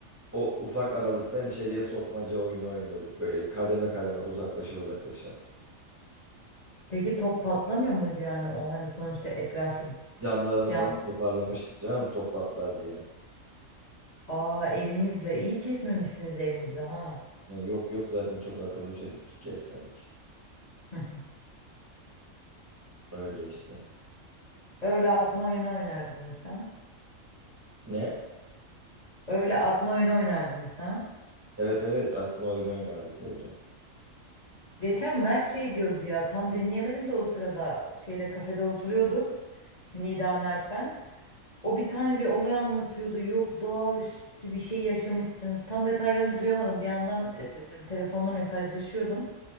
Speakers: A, on the right; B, on the left.
A: o ufak aralıktan içeriye sokmaca oyunu oynuyorduk böyle kademe kademe uzaklaşa uzaklaşa.
B: Peki top patlamıyor muydu yani o hani sonuçta etrafı
A: Camlarını
B: cam.
A: falan toparlamıştık canım top patlar diye.
B: Aa elinizle iyi kesmemişsiniz elinizi ha.
A: Yani yok yok zaten çok akıllı çocuktuk kesmedik.
B: <laughs>
A: Öyle işte.
B: Öyle atma oyunu oynardın sen.
A: Ne?
B: Öyle atma oyunu oynardın sen.
A: Evet evet atma oyunu oynardık öyle.
B: Geçen Mert şey diyordu ya tam dinleyemedim de o sırada şeyde kafede oturuyorduk. Nida Mert ben. O bir tane bir olay anlatıyordu. Yok doğaüstü bir şey yaşamışsınız. Tam detaylarını duyamadım. Bir yandan e, telefonla mesajlaşıyordum.